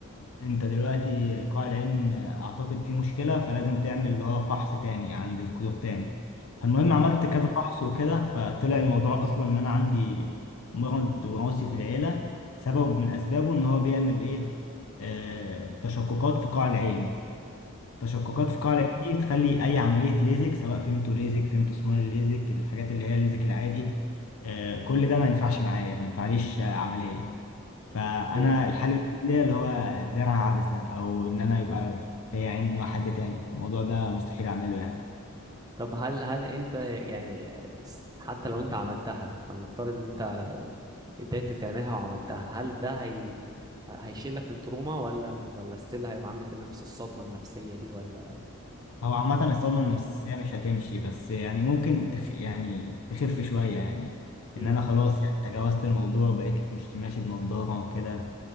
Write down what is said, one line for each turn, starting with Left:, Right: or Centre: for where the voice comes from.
Left: انت دلوقتي قاع العين اعتقد فيه مشكله فلازم تعمل اللي هو فحص تاني عند دكتور تاني فالمهم عملت كذا فحص وكده فطلع الموضوع اصلا ان انا عندي مرض وراثي في العيله سبب من اسبابه ان هو بيعمل ايه آه، تشققات في قاع العين تشققات في القاعدة دي تخلي أي عملية ليزك سواء فيمتو ليزك فيمتو سمايل ليزك الحاجات اللي هي الليزك العادي آه، كل ده ما ينفعش معايا ما ينفعليش آه، عملية فأنا
Right: اوكي
Left: الحل الوحيد ليا اللي هو زرع عدسة أو إن أنا يبقى في عين حد تاني فالموضوع ده مستحيل أعمله يعني
Right: طب هل هل انت يعني س- حتى لو انت عملتها فلنفترض ان انت قدرت تعملها وعملتها هل ده هي هيشيل لك التروما ولا ولا ستيل هيبقى عندك نفس الصدمة النفسية دي ولا
Left: هو عامة الصدمة النفسية مش هتمشي بس يعني ممكن تخ... يعني تخف شوية يعني
Right: امم
Left: إن أنا خلاص يعني تجاوزت الموضوع وبقيت مش ماشي بنضارة وكده